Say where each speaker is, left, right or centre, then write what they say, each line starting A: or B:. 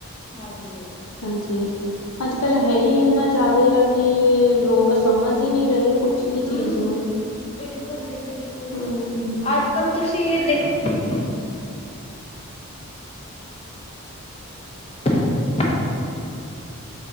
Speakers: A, on the left; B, on the left.
A: ਹਾਂਜੀ
B: ਹਾਂਜੀ ਅੱਜ-ਕੱਲ ਹੈਈ ਏਨਾ ਜਾਦਾ ਆ ਕਿ ਲੋਕ ਸਮਝ ਈ ਨੀਂ ਰਏ ਕੁਛ ਵੀ
A: ਹੂੰ-ਹੂੰ,
B: ਚੀਜ਼ ਨੂੰ
A: ਬਿਲਕੁਲ ਜੀ ਬਿਲਕੁਲ
B: ਹੂੰ,
A: ਅੱਜ ਕੱਲ ਤੁਸੀਂ ਏ ਦੇਖੋ ਕਿ <unintelligible> <inaudible>